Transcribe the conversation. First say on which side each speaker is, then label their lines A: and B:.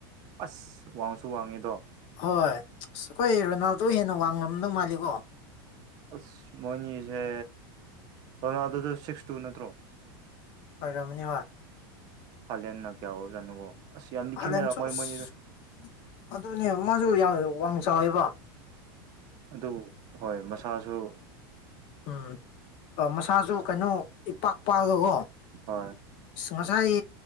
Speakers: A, on the right; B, on the left.
A: ꯑꯁ ꯋꯥꯡꯁꯨ ꯋꯥꯡꯉꯤꯗꯣ
B: ꯍꯣꯏ ꯑꯁ ꯑꯈꯣꯏ ꯔꯣꯅꯥꯜꯗꯣ ꯍꯦꯟꯅ ꯋꯥꯡꯉꯝꯗꯧ ꯃꯥꯜꯂꯤꯀꯣ
A: ꯑꯁ ꯃꯣꯏꯅꯤꯁꯦ ꯔꯣꯅꯥꯜꯗꯣꯗꯨ ꯁꯤꯛꯁ ꯇꯨ ꯅꯠꯇ꯭ꯔꯣ
B: ꯑꯣꯏꯔꯝꯅꯤ ꯍꯣꯏ
A: ꯍꯥꯂꯦꯟꯅ ꯀ꯭ꯌꯥ ꯑꯣꯏꯕꯖꯥꯠꯅꯣꯕꯣ ꯑꯁ ꯌꯥꯝꯗꯤ
B: ꯍꯂꯟꯁꯨ
A: ꯈꯦꯠꯅꯔꯝꯃꯣꯏ
B: ꯑꯁ
A: ꯃꯣꯏꯅꯤꯗꯣ
B: ꯑꯗꯨꯅꯦ ꯃꯥꯁꯨ ꯌꯥꯝ ꯋꯡ ꯆꯥꯎꯋꯦꯕ
A: ꯑꯗꯨ ꯍꯣꯏ ꯃꯁꯥꯖꯨ
B: <unintelligible> ꯃꯁꯥꯁꯨ ꯀꯩꯅꯣ ꯏꯄꯥꯛ ꯄꯥꯛꯑꯒꯀꯣ
A: ꯍꯣꯏ
B: ꯑꯁ ꯉꯁꯥꯏ